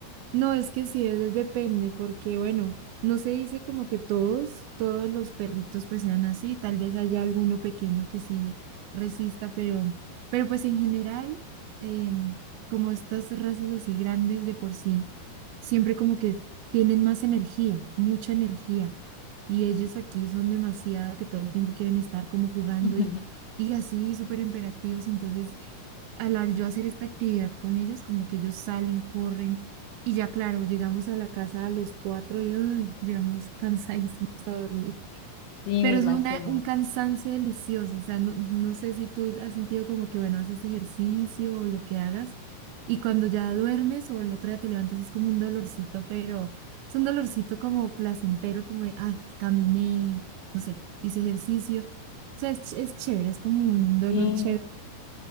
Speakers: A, on the right (about 80°); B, on the left (about 75°).
A: No, es que sí, es, depende, porque bueno, no se dice como que todos, todos los perritos pues sean así, tal vez haya alguno pequeño que sí resista, pero, pero pues en general, em, como estas razas así grandes de por sí, siempre como que tienen más energía, mucha energía, y ellos aquí son demasiado que todo el tiempo quieren estar como jugando
B: <laughs>
A: y, y así súper imperativos, entonces al, al yo hacer esta actividad con ellos, como que ellos salen, corren y ya claro, llegamos a la casa a los cuatro y ay, llegamos cansadísimos a dormir.
B: Sí,
A: Pero
B: me imagino.
A: es una, un cansancio delicioso. O sea, no, no sé si tú has sentido como que, bueno, haces ejercicio o lo que hagas y cuando ya duermes o el otro día te levantas es como un dolorcito, pero es un dolorcito como placentero, como de, ay, caminé, no sé, hice ejercicio. O sea, es, ch- es chévere, es como un dolor
B: Sí.
A: chévere.